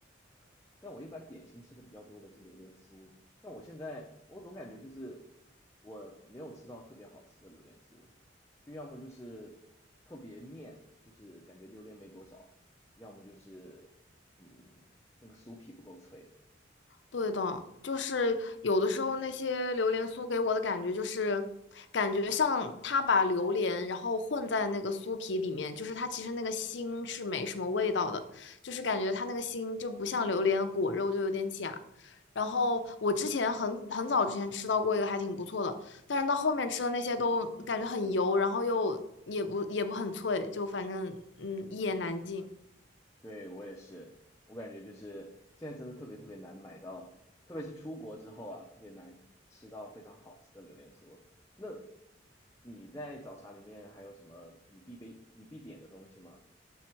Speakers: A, on the left; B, on the left.
A: <laughs> 但我一般点心吃的比较多的是榴莲酥，但我现在我总感觉就是我没有吃到特别好吃的榴莲酥，就要么就是特别面，就是感觉榴莲没多少，要么就是嗯那个酥皮不够脆，
B: 对的，就是有的时候那些榴莲酥给我的感觉就是，感觉像他把榴莲然后混在那个酥皮里面，就是它其实那个心是没什么味道的，就是感觉它那个心就不像榴莲的果肉就有点假。然后我之前很很早之前吃到过一个还挺不错的，但是到后面吃的那些都感觉很油，然后又也不也不很脆，就反正嗯一言难尽。
A: 对，我也是，我感觉就是现在真的特别特别难买到，特别是出国之后啊，特别难吃到非常好吃的榴莲酥。那你在早茶里面还有什么你必备、你必点的东西吗？